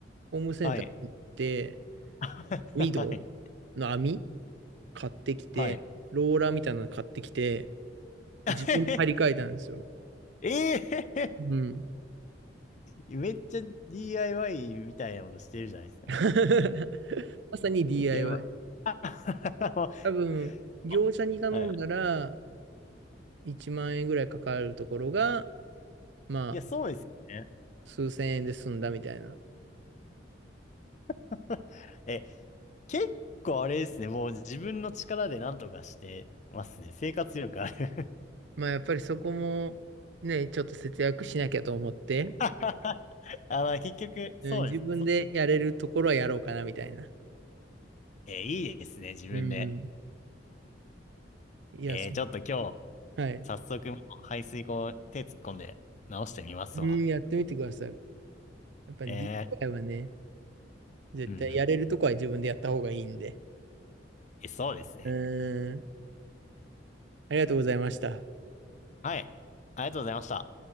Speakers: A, on the right; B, on the left.
A: ホームセンターに行って、
B: はい。<laughs>
A: 網戸
B: はい。
A: の網買ってきて、
B: はい。
A: ローラーみたいなの買ってきて、
B: <laughs>
A: 自分で張り替えたんですよ。
B: ええ
A: うん。
B: めっちゃ DIY みたいなことしてるじゃないですか。
A: <laughs> まさに DIY。
B: いや、まあ、<laughs>
A: 多分、業者に頼んだら
B: はい。
A: 1万円ぐらいかかるところが、まあ、
B: いや、そうですよね。
A: 数千円で済んだみたいな。
B: <laughs> え、結構あれですね。もう自分の力で何とかしてますね。生活力ある
A: まあ、やっぱりそこもね、ちょっと節約しなきゃと思って、
B: <laughs> あ、まあ、結局、そうです。
A: うん、自分でやれるところはやろうかなみたいな。
B: そ、え、いいですね。自分で。
A: うん。いや、
B: えーちょっと今日、
A: そう。はい。
B: 早速、排水口手突っ込んで直してみますわ。
A: うん、やってみてください。やっぱ
B: ええ
A: DIY はね、絶対やれるとこは自分でやった方がいいんで。
B: うんうん。え、そうですね。
A: うん。ありがとうございました。
B: はい。ありがとうございました。